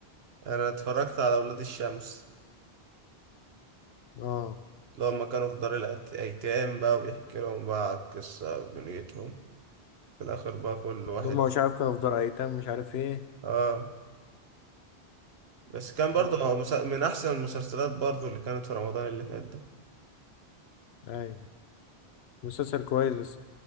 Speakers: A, on the right (about 70°); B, on the left (about 75°).
A: أنا اتفرجت على أولاد الشمس
B: اه
A: اللي هما كانوا في دار الأيتام بقى وبيحكي لهم بقى قصة دنيتهم في الآخر بقى كل واحد
B: اللي هم مش عارف كانوا في دار ايتام مش عارف ايه
A: اه بس كان برضه
B: اه
A: هو مسا- من احسن المسلسلات برضه اللي كانت في رمضان اللي فات ده
B: ايوه مسلسل كويس بس